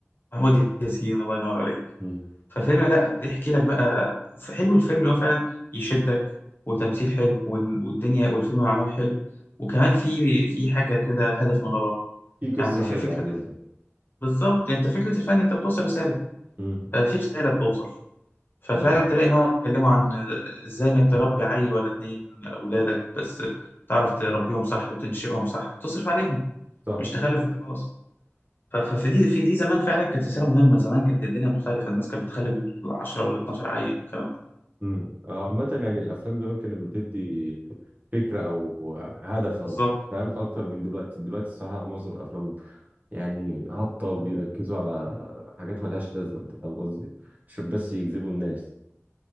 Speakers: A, on the left; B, on the right.
A: محمود ياسين الله ينور عليك
B: مم.
A: ففيلم لا بيحكي لك بقى حلو الفيلم اللي هو فعلا يشدك وتمثيل حلو وال- والدنيا والفيلم معمول حلو وكمان في في حاجه كده هدف من وراه
B: في قصه
A: يعني في
B: حلوه
A: فكره
B: عامه
A: بالظبط انت فكره الفن انت بتوصل رساله
B: مم.
A: آه، في رساله بتوصل ففعلا
B: ايوه
A: تلاقي ان هو بيتكلموا عن ازاي انك تربي عيل ولا اتنين اولادك بس تعرف تربيهم صح وتنشئهم صح وتصرف عليهم
B: صح
A: مش تخلف وخلاص ف- ففي دي في دي زمان فعلا كانت رساله مهمه زمان كانت الدنيا مختلفه الناس كانت بتخلف ال 10 وال 12 عيل والكلام ده
B: مم. آه، عامة يعني الأفلام زمان كانت بتدي فكره او هدف او
A: بالظبط
B: فاهم اكتر من دلوقتي دلوقتي الصراحه معظم الافلام يعني هابطه وبيركزوا على حاجات ملهاش لازمه انت فاهم قصدي عشان بس يجذبوا الناس